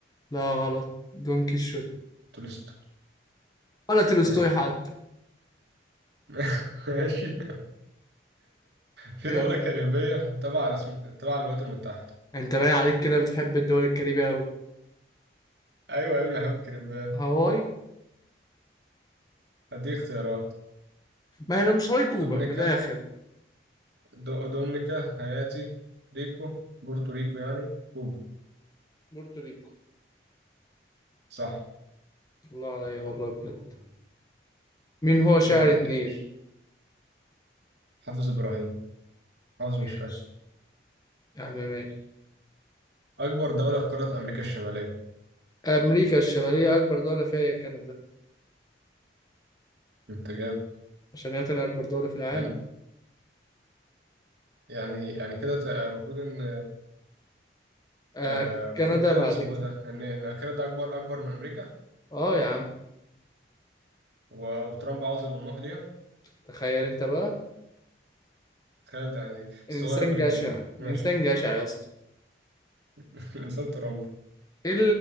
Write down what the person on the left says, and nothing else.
لا غلط دون كيشوت
ولا تولستوي
حتى
يلا
انت باين عليك كده بتحب الدول الكاريبية أوي
هاواي
ما هي لو مش هاواي كوبا
من الآخر
بورتوريكو
الله عليا والله بجد مين هو شاعر
النيل
ماشي
يا عم ماشي
أمريكا الشمالية أكبر دولة فيها هي كندا
عشان هي تاني أكبر دولة في العالم
آه
كندا
بعد
كده
آه يا عم
تخيل أنت بقى
إنسان
جشع
الإنسان جشع يا اسطى
ايه